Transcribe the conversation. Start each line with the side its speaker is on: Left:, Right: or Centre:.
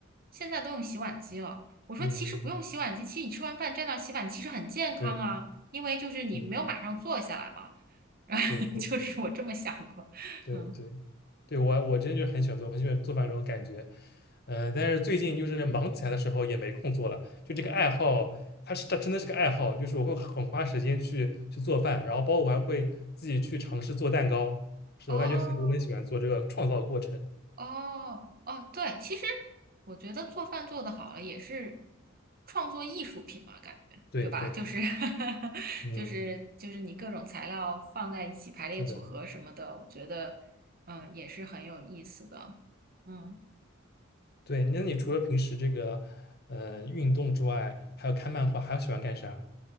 Right: 现在都用洗碗机了，我说其实不用洗碗机，
Left: 嗯嗯，嗯
Right: 其实你吃完饭站那儿洗碗，其实很健康啊，
Left: 对
Right: 因为就是你没有马上坐下来嘛。
Left: 对
Right: <laughs> 然后就是我这么想过，
Left: 对对。对对
Right: 嗯。
Left: 对，我我真就很喜欢做，我很喜欢做饭这种感觉。嗯、但是最近就是忙起来的时候也没空做了，就这个爱好，它是它真的是个爱好，就是我会很花时间去去做饭，然后包括我还会自己去尝试做蛋糕。是的，
Right: 哦
Left: 我感觉很我很喜欢做这个创造过程。
Right: 哦哦，对，其实我觉得做饭做的好了也是创作艺术品嘛，感觉对吧？
Left: 对对，
Right: 就是 <laughs>
Left: 嗯，
Right: 就是就是你各种材料放在一起排列组合什么的，
Left: 是的，
Right: 我觉得嗯也是很有意思的。嗯。
Left: 对。那你除了平时这个嗯、呃运动之外，还有看漫画，还喜欢干啥？